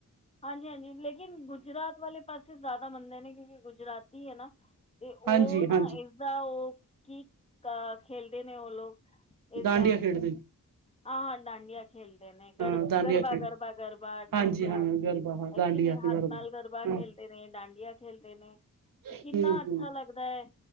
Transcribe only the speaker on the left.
ਹਾਂਜੀ- ਹਾਂਜੀ, ਲੇਕਿਨ ਗੁਜਰਾਤ ਵਾਲੇ ਪਾਸੇ ਜਾਦਾ ਮੰਦੇ ਨੇ ਕਿਉਂਕਿ, ਗੁਜਰਾਤੀ ਹੈ ਨਾ ਤੇ
ਓ ਨਾ
ਇਸਦਾ ਓ ਕੀ ਕ, ਖੇਲਦੇ ਨੇ ਓ ਲੋਕ? ਏਜਾਂ,
ਆਹਾ ਡਾਡੀਆਂ ਖੇਲਦੇ ਨੇ, ਗਰ
ਗਰਬਾ-
ਗਰਬਾ, ਗਰਬਾ, ਡਾਂਡੀਆ
ਹੈਕੇ
ਨੀਂ, ਹੱਥ ਨਾਲ ਗਰਬਾ
ਖੇਲਦੇ ਨੇ, ਡਾਂਡੀਆਂ ਖੇਲਦੇ ਨੇ। ਅਤੇ
ਕਿੰਨਾ ਅੱਛਾ
ਲੱਗਦੈ,